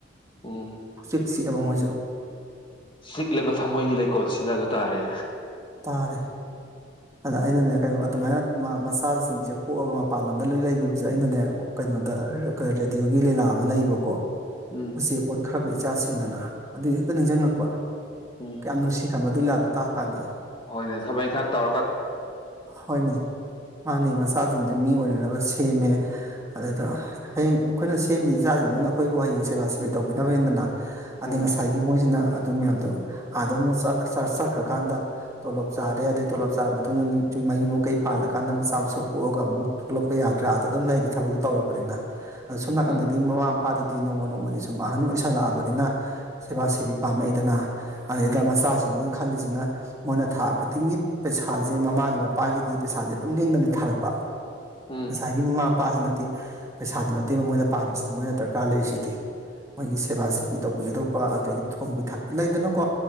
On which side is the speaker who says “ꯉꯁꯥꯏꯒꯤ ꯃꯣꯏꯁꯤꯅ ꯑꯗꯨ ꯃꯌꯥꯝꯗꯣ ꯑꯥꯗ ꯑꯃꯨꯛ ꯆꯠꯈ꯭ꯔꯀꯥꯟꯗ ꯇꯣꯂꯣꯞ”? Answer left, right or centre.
Right